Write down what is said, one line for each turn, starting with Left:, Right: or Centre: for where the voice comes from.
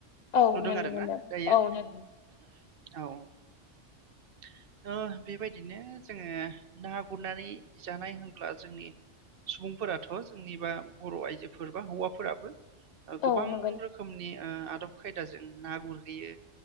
Left: औ
Right: नुदों
Left: नुनो
Right: आरोना
Left: मोनदों
Right: दायो
Left: औ नुदों
Right: औ। <inaudible> त' बेबायदिनो जोङो ना गुरनानै जानाय होनब्ला जोंनि सुबुंफोराथ' जोंनि बा बर' आइजोफोर बा हौवाफोराबो ओ गोबां
Left: औ नंगौ
Right: रोखोमनि ओ आदब खायदाजों ना गुरहैयो।